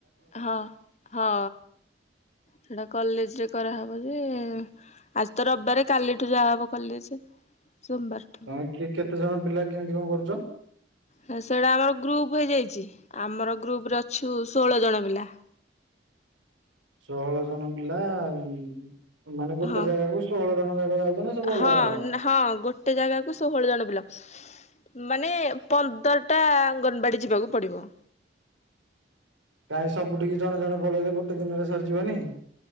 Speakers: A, on the left (about 35°); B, on the right (about 90°).
A: ହଁ ହଁ ସେଟା କଲେଜରେ କରାହେବ ଯେ। ଆଜି ତ ରବିବାରେ କାଲିଠୁ ଯାହା ହବ କଲେଜ୍ ସୋମବାରଠୁ।
B: ତମେ କିଏ କେତେ ଜଣ ପିଲା କେମିତି କଣ କରୁଛ?
A: ହ ସେଇଟା ଆମର ଗ୍ରୁପ୍ ହେଇଯାଇଛି ଆମର ଗ୍ରୁପ୍ ରେ ଅଛୁ ଷୋହଳ ଜଣ ପିଲା।
B: ଷୋହଳ ଜଣ ପିଲା ଆଉ ମାନେ ଗୋଟେ
A: ହଁ
B: ଜାଗା କ ଷୋହଳ ଜଣ ଯାକ ନା ସବୁ ଅଲଗା
A: ହଁ
B: ଅଲଗା?
A: ହଁ ଗୋଟେ ଜାଗାକୁ ଷୋହଳ ଜଣ ପିଲା। ମାନେ ପନ୍ଦରଟା ଅଙ୍ଗନବାଡ଼ି ଯିବାକୁ ପଡ଼ିବ।
B: କାଇଁ ସବୁିଠିକି ଜଣେ ଜଣ ପଳେଇଲେ ଗୋଟେ ଦିନରେ ସରିଯିବନି?